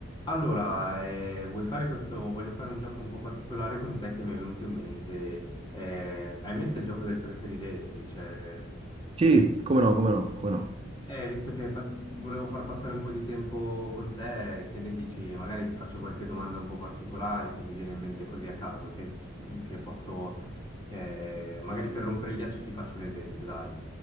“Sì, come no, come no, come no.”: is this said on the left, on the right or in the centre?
Right